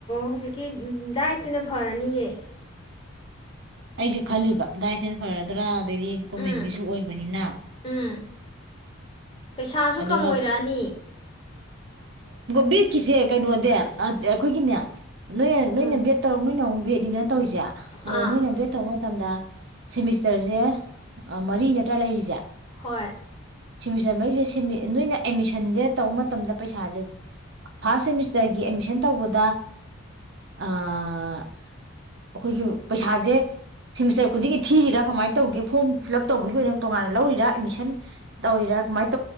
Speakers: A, on the left (about 25°); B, on the right (about 55°).
A: ꯍꯧꯖꯤꯛꯀꯤ ꯗꯥꯏꯠꯇꯨꯅ ꯐꯔꯅꯤꯌꯦ
B: ꯑꯩꯁꯨ ꯈꯜꯂꯤꯕ ꯗꯥꯏꯠꯁ ꯐꯔꯗ꯭ꯔ ꯑꯗꯩꯗꯤ ꯒꯣꯔꯃꯦꯟꯒꯤꯁꯨ
A: ꯎꯝ
B: ꯑꯣꯏꯕꯅꯤꯅ
A: ꯎꯝ ꯄꯩꯁꯥꯁꯨ
B: ꯑꯗꯨꯒ
A: ꯀꯝ ꯑꯣꯏꯔꯛꯑꯅꯤ
B: ꯕꯤꯠꯀꯤꯁꯦ ꯀꯩꯅꯣꯅꯦ ꯑꯩꯈꯣꯏꯒꯤꯅꯦ ꯅꯣꯏ
A: ꯎꯝ
B: ꯅꯣꯏꯅ ꯕꯦꯠ ꯇꯧꯔꯛ ꯅꯣꯏꯅ ꯑꯃꯨꯛ ꯕꯦꯠꯅꯤꯅ ꯇꯧꯔꯤꯁꯦ
A: ꯑꯥ
B: ꯑꯗ ꯅꯣꯏꯅ ꯕꯦꯠ ꯇꯧꯕ ꯃꯇꯝꯗ ꯁꯦꯃꯤꯁꯇꯔꯁꯦ ꯃꯔꯤ ꯅꯠꯇ꯭ꯔꯥ ꯂꯩꯔꯤꯁꯦ
A: ꯍꯣꯏ
B: ꯁꯦꯃꯤꯁꯇꯔ ꯃꯔꯤꯁꯦ ꯅꯣꯏ ꯑꯦꯗꯃꯤꯁꯟꯁꯦ ꯇꯧꯕ ꯃꯇꯝꯗ ꯄꯩꯁꯥꯁꯦ ꯐꯔ ꯁꯇꯔꯒꯤ ꯑꯦꯗꯃꯤꯁꯟ ꯇꯧꯕꯗ ꯑꯩꯈꯣꯏꯒꯤ ꯄꯩꯁꯥꯁꯦ ꯁꯤꯃꯤꯁꯇꯔ ꯈꯨꯗꯤꯡꯒꯤ ꯊꯤꯔꯤꯔꯥ ꯀꯃꯥꯏꯅ ꯇꯧꯒꯦ ꯐꯣꯔꯝ ꯐꯤꯜ ꯑꯞ ꯇꯧꯕꯒꯤ ꯑꯣꯏꯅ ꯇꯣꯉꯥꯟꯅ ꯂꯧꯔꯤꯔ ꯑꯦꯗꯃꯤꯁꯟ ꯇꯧꯔꯤꯔꯥ ꯀꯃꯥꯏ ꯇ